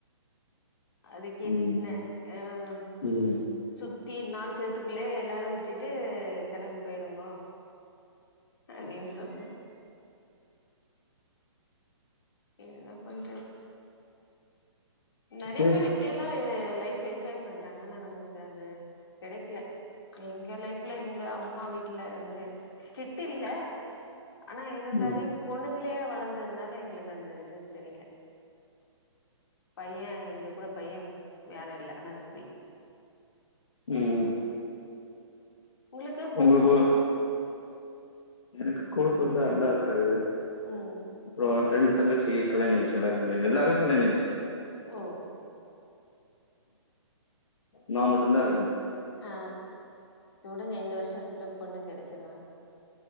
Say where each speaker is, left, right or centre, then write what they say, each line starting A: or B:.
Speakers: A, on the left; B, on the left.
A: அதுக்கே
B: ம்.
A: திட்டினே ஆஹ்
B: ம்.
A: சுத்தி நாலு சேவுத்துக்குள்ளே எல்லாரும் விட்டுட்டு கிளம்பி போயிருங்கோ அப்டின்னு சொன்னேன் என் பண்ற நறைய
B: ஓகே.
A: பேரு எப்படியெல்லாம் லைஃப் என்ஜாய் பண்றாங்க ஆனா நமக்கு அது கெடைக்கல எங்க லைஃப்ல எங்க அம்மா வீட்டுல வந்து சிட் இல்ல ஆனா இருந்ததையும்
B: ம்.
A: பொண்ணுங்க அங்கேயே வளந்ததுனால எங்களுக்கு அந்த இது தெரியில பைய எங்க கூட பையன் வேற இல்ல அனந்த குயின்
B: ம்.
A: உங்குளுக்கு கூட
B: உங்களுக்கு
A: போறந்தவங்க
B: எனக்கு கூட பொறந்த அண்ணா இருக்காரு
A: ம்
B: இப்போ ரெண்டு தங்கச்சி கல்யாண ஆயிருச்சி எல்லாருக்குமே எல்லாருக்கு கல்யாண ஆயிருச்சு
A: ஓ
B: நா மட்டும்தா இருகே
A: ஆ சுடுங்க இந்த வருஷத்துக்குள்ள பொண்ணு கெடச்சுரு